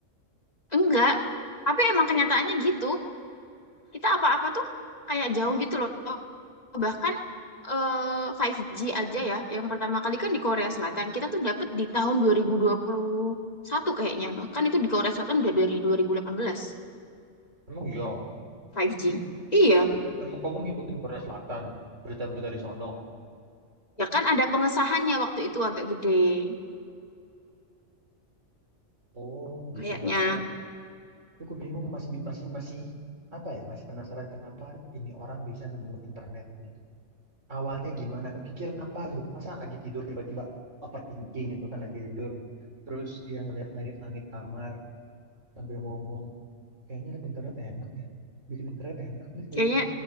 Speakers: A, on the left; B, on the right.
A: Enggak, tapi emang kenyataannya gitu. Kita apa-apa tuh kayak jauh gitu loh. Bahkan eh, 5G aja ya, yang pertama kali kan di Korea Selatan. Kita tuh dapet di tahun dua dua ribu dua puluh satu kayaknya. Bahkan itu di Korea Selatan udah dari 2018
B: Emang yo,
A: 5G.
B: Emang,
A: Iya,
B: emang, emang kamu ngikutin Korea Selatan, berita-berita di sono.
A: ya kan ada pengesahannya waktu itu agak gede.
B: Oh, gitu.
A: Kayaknya,
B: Nggak tahu ya. cukup bingung masih masih masih apa ya masih penasaran kenapa ini orang bisa nemuin internet gitu awalnya gimana kepikiran apa gitu masa lagi tidur tiba-tiba overthinking gitu kan lagi tidur terus dia ngeliat langit-langit kamar sambil ngomong kayaknya liat internet enak ya bikin internet enak deh kayaknya
A: kayaknya